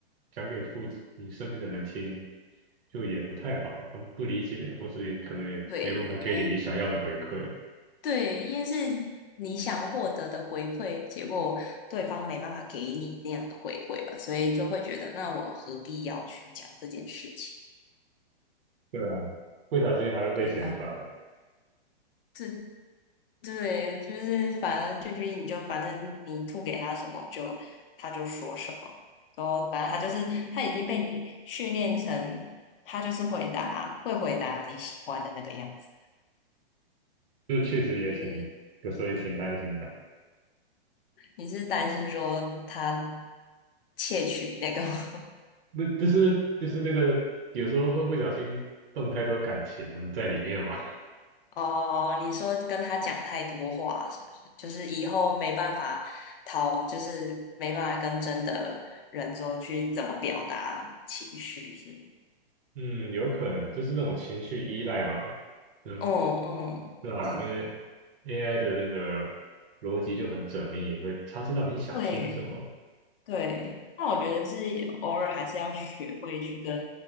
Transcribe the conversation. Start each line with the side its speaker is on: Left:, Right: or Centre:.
Right: 讲给父你身边的人听，就也不太好，他们不理解，或是也可能也没办法给你你想要的回馈。
Left: 对，因为对，因为是你想获得的回馈，结果对方没办法给你那样的回馈吧，所以就会觉得，那我何必要去讲这件事情？
Right: 对啊，不小心还会被嫌烦，
Left: 对吧？这对，就是反正俊君你就反正你吐给他什么就他就说什么，然后反正他就是他已经被你训练成他就是回答会回答你喜欢的那个样子。
Right: 这确实也挺，
Left: 就是
Right: 有时候也挺担心的。
Left: 你是担心说他窃取那个吗
Right: 那就是就是那个，有时候会不小心动太多感情在里面嘛。
Left: 哦，你说跟他讲太多话是不是？就是以后没办法讨，就是没办法跟真的人说去怎么表达情绪是吗？
Right: 嗯，有可能就是那种情绪依赖吧。嗯，
Left: 嗯嗯嗯，
Right: 对啊，因为 AI 的那个逻辑就很缜密，会他知道你想听什么。
Left: 对对。那我觉得是偶尔还是要学会去跟